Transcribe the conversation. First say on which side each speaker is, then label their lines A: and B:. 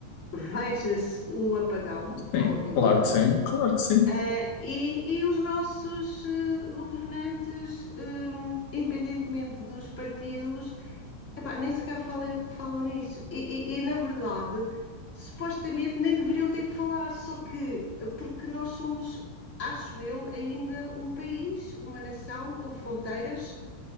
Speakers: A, on the left (about 25°); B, on the left (about 65°).
A: veja-se o apagão, que vão
B: Sim,
A: haver
B: claro
A: mais.
B: que sim. Claro que sim.
A: Uh, e, e, os nossos uh, governantes, um, independentemente dos partidos, Epá, nem sequer falam, falam nisso. E, e- e, na verdade, supostamente nem deveriam ter que falar, só que porque nós somos, acho eu, ainda um país, uma nação com fronteiras,